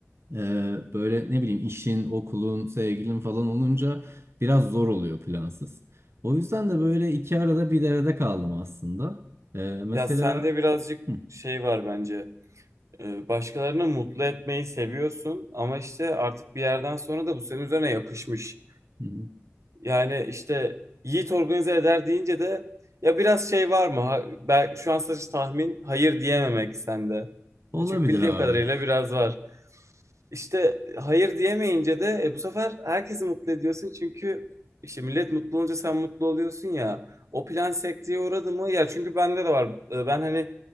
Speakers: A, on the right; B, on the right.
A: Ee, böyle ne bileyim işin, okulun, sevgilin falan olunca biraz zor oluyor plansız. O yüzden de böyle iki arada bir derede kaldım aslında. Ee, mesela
B: Ya sende birazcık
A: Hı,
B: şey var bence. Ee, Başkalarını mutlu etmeyi seviyorsun ama işte artık bir yerden sonra da bu senin üzerine yapışmış.
A: hı.
B: Yani işte Yiğit organize eder deyince de ya biraz şey var mı? Ha- ben şu an sadece tahmin hayır diyememek sende.
A: olabilir
B: E Çünkü bildiğim
A: abi.
B: kadarıyla biraz var. İşte hayır diyemeyince de e, bu sefer herkesi mutlu ediyorsun çünkü işte millet mutlu olunca sen mutlu oluyorsun ya. O plan sekteye uğradı mı? Ya çünkü bende de var. E, Ben hani